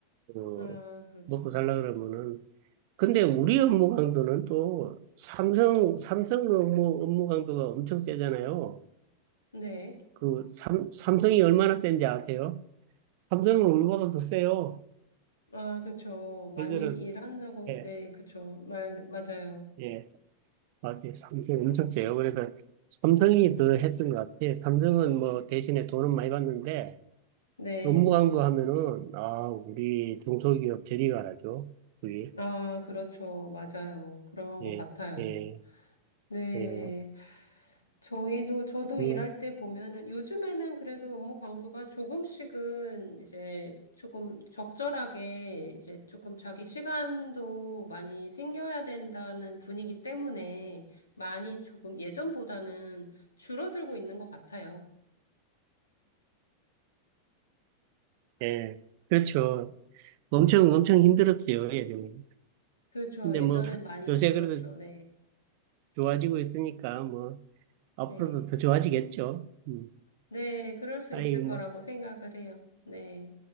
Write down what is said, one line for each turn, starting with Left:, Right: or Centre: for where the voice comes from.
Right: 어,
Left: 아, 그렇죠.
Right: 먹고 살라 그러면은. 근데
Left: 음.
Right: 우리 업무 강도는 또 삼성, 삼성 업무, 업무 강도가 엄청 세잖아요.
Left: 네.
Right: 그 삼, 삼성이 얼마나 센지 아세요? 삼성은 우리보다 더 세요.
Left: 아, 그렇죠. 많이
Right: 그들은,
Left: 일한다고,
Right: 예,
Left: 네, 그렇죠. 말, 맞아요.
Right: 예, 맞아요. 삼성이 엄청 세요. 그래서 삼성이 더 했던 것 같아요. 삼성은 뭐 대신에 돈은 많이 받는데
Left: 네.
Right: 업무 강도 하면은, 아, 우리 중소기업 저리 가라죠. 우리,
Left: 아, 그렇죠. 맞아요. 그런
Right: 예,
Left: 것 같아요.
Right: 예,
Left: 네.
Right: 예.
Left: 저희도, 저도
Right: 그,
Left: 일할 때 보면은 요즘에는 그래도 업무 강도가 조금씩은 이제 조금 적절하게 이제 조금 자기 시간도 많이 생겨야 된다는 분위기 때문에 많이 조금 예전보다는 줄어들고 있는 것 같아요.
Right: 예. 그렇죠. 엄청 엄청 힘들었어요, 예전에.
Left: 그렇죠.
Right: 근데
Left: 예전엔
Right: 뭐
Left: 많이
Right: 요새
Left: 힘들었죠.
Right: 그래도
Left: 네.
Right: 좋아지고 있으니까 뭐 앞으로도
Left: 네.
Right: 더 좋아지겠죠. 음.
Left: 네. 그럴 수
Right: 아이
Left: 있을
Right: 뭐
Left: 거라고 생각을 해요. 네.